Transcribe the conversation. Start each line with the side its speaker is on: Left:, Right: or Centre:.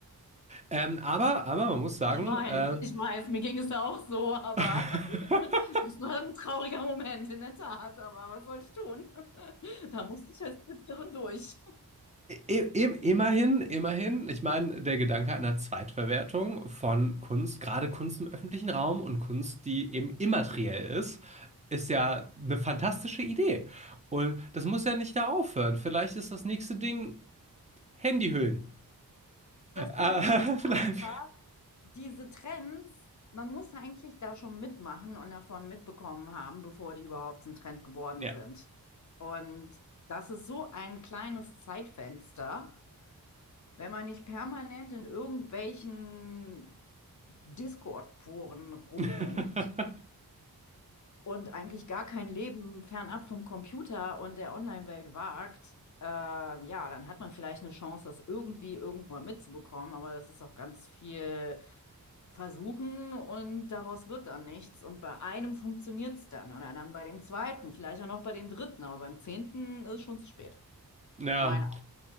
Right: Ähm, aber, aber man muss sagen,
Left: Ich meine,
Right: äh,
Left: ich weiß, mir ging es ja auch so, aber
Right: <laughs>
Left: <laughs> es war ein trauriger Moment, in der Tat. Aber was soll ich tun? <laughs> Da musste ich als Künstlerin durch.
Right: i- im- immerhin, immerhin, ich meine, der Gedanke einer Zweitverwertung von Kunst, gerade Kunst im öffentlichen Raum und Kunst, die eben immateriell ist, ist ja eine fantastische Idee. Und das muss ja nicht da aufhören. Vielleicht ist das nächste Ding Handyhüllen.
Left: Das Problem
Right: Äh,
Left: ist
Right: <laughs> vielleicht,
Left: einfach, diese Trends, man muss eigentlich da schon mitmachen und davon mitbekommen haben, bevor die überhaupt zum Trend geworden
Right: ja.
Left: sind. Und das ist so ein kleines Zeitfenster, wenn man nicht permanent in irgendwelchen Discord-Foren rumhängt
Right: <laughs>
Left: und eigentlich gar kein Leben fernab vom Computer und der Online-Welt wagt, ähm, ja, dann hat man vielleicht eine Chance, das irgendwie irgendwo mitzubekommen, aber das ist auch ganz viel versuchen und daraus wird dann nichts. Und bei einem funktioniert es dann oder dann bei dem zweiten, vielleicht auch noch bei dem dritten, aber beim zehnten ist es schon zu spät.
Right: Ja.
Left: Meine,
Right: Ähm,